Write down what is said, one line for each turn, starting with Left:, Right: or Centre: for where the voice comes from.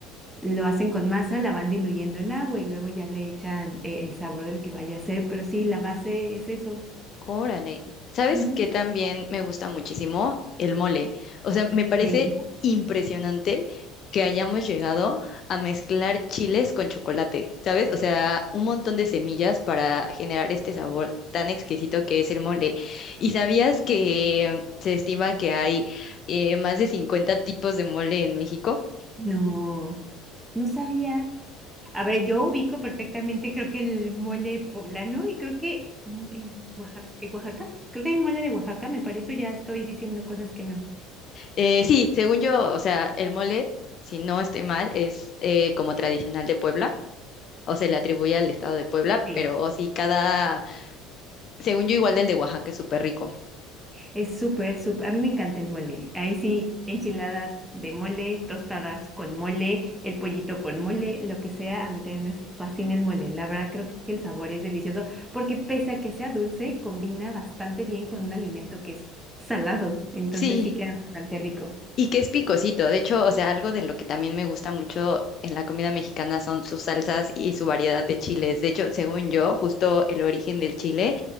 Centre: lo hacen con masa, la van diluyendo en agua y luego ya le echan eh, el sabor del que vaya a ser, pero sí, la base es eso.
Left: Órale, ¿sabes
Centre: Ujú.
Left: qué también me gusta muchísimo? El mole. O sea, me parece
Centre: Deli.
Left: impresionante que hayamos llegado a mezclar chiles con chocolate, ¿sabes? O sea, un montón de semillas para generar este sabor tan exquisito que es el mole. ¿Y sabías que se estima que hay eh, más de 50 tipos de mole en México?
Centre: No. No sabía. A ver, yo ubico perfectamente, creo que el mole poblano y creo que mole en Oaxaca, en Oaxaca, creo que hay un mole de Oaxaca, me parece, ya estoy diciendo cosas que no.
Left: Eh, sí, según yo, o sea, el mole, si no estoy mal, es eh, como tradicional de Puebla o se le atribuye al estado de Puebla,
Centre: Sí.
Left: pero sí, cada, según yo, igual del de Oaxaca es súper rico.
Centre: Es súper, súper, a mí me encanta el mole. Ahí sí, enchiladas de mole, tostadas con mole, el pollito con mole, lo que sea, a mí también me fascina el mole. La verdad, creo que el sabor es delicioso, porque pese a que sea dulce, combina bastante bien con un alimento que es salado, entonces
Left: Sí,
Centre: sí queda bastante rico.
Left: y que es picosito. De hecho, o sea, algo de lo que también me gusta mucho en la comida mexicana son sus salsas y su variedad de chiles. De hecho, según yo, justo el origen del chile